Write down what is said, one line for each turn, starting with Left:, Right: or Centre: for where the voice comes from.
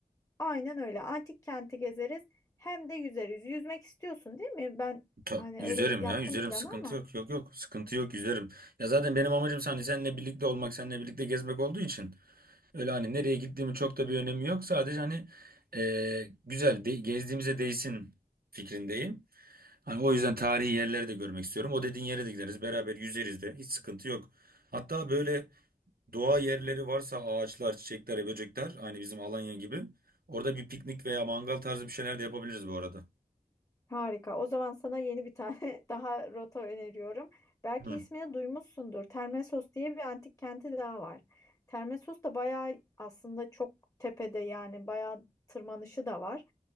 Left: aynen öyle. Antik kenti gezeriz. Hem de yüzeriz. Yüzmek istiyorsun, değil mi? Ben
Right: Ta-
Left: hani
Right: yüzerim
Left: öyle yaptım
Right: ya yüzerim
Left: planı
Right: sıkıntı
Left: ama.
Right: yok yok yok sıkıntı yok yüzerim. Ya zaten benim amacım hani seninle birlikte olmak seninle birlikte gezmek olduğu için. Öyle hani nereye gittiğimin çok da bir önemi yok. Sadece hani e, güzel de, gezdiğimize değsin fikrindeyim. Hani o yüzden tarihi yerleri de görmek istiyorum. O dediğin yere de gideriz. Beraber yüzeriz de. Hiç sıkıntı yok. Hatta böyle doğa yerleri varsa ağaçlar, çiçekler, böcekler aynı bizim Alanya gibi. Orada bir piknik veya mangal tarzı bir şeyler de yapabiliriz bu arada.
Left: Harika. O zaman sana yeni bir tane <laughs> daha rota öneriyorum. Belki
Right: Hı.
Left: ismini duymuşsundur. Termesos diye bir antik kenti daha var. Termesos da bayağı aslında çok tepede yani bayağı tırmanışı da var.